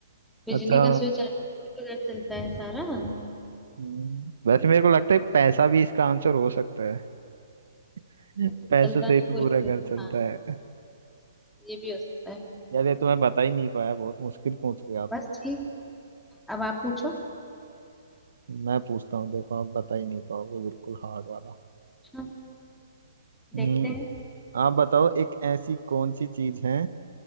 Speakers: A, in the centre; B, on the right.
A: बिजली
B: अच्छा
A: का स्विच आता है तभी तो पूरे घर चलता है सारा <laughs>
B: हम्म, वैसे मेरे को लगता है पैसा भी इसका आंसर हो सकता है <laughs>
A: तो
B: पैसों
A: चलता
B: से
A: नहीं
B: ही तो
A: पूरे
B: पूरा
A: घर
B: घर
A: को।
B: चलता
A: हाँ
B: है
A: ये भी हो सकता है
B: यार ये तो मैं बता ही नहीं पाया बहुत मुश्किल पूछ लिया आपने
A: बस ठीक अब आप पूछो
B: मैं पूछता हूँ देखो आप बता ही नहीं पाओगे बिल्कुल हार्ड वाला
A: अच्छा देखते
B: हम्म,
A: हैं
B: आप बताओ एक ऐसी कौन सी चीज है